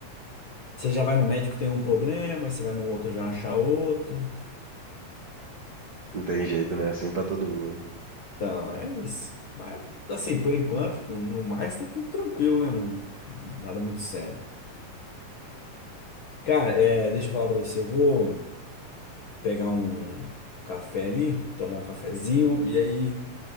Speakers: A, on the left (about 60°); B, on the right (about 80°).
A: Você já vai no médico, tem um problema, aí você vai no outro, já acha outro.
B: Não tem jeito, né? Assim pra todo mundo.
A: Então, é isso. Mas, assim, por enquanto, no no mais tá tudo tranquilo, né? Não, nada muito sério. Cara, é, deixa eu falar pra você. Eu vou pegar um café ali, tomar um cafezinho, e aí